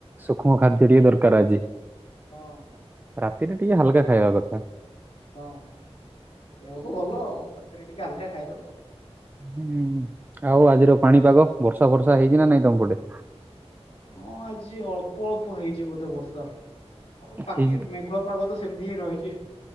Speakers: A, on the right (about 15°); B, on the left (about 70°).
A: ସୂକ୍ଷ୍ମ ଖାଦ୍ୟ ଟିକେ ଦରକାର ଆଜି
B: ହଁ
A: ରାତିରେ ଟିକେ ହାଲକା ଖାଇବା କଥା
B: ହଁ ହଁ ଦେହକୁ ଭଲ ଆଉ କକରେ ଟିକେ ହାଲକା ଖାଇଦବ ଆଉ
A: ହୁଁ ଆଉ ଆଜିର ପାଣିପାଗ ବର୍ଷା ଫର୍ଷା ହେଇଛି ନା ନାଇଁ ତମ ପଟେ?
B: ହଁ ଆଜି ଅଳ୍ ଅଳ୍ପ ହେଇଛି ବୋଧେ ବର୍ଷା ଆଉ ବାକି
A: ହେଇଛି
B: ମେଘୁଆ ପାଗ ତ ସେମିତି ହିଁ ରହିଛି।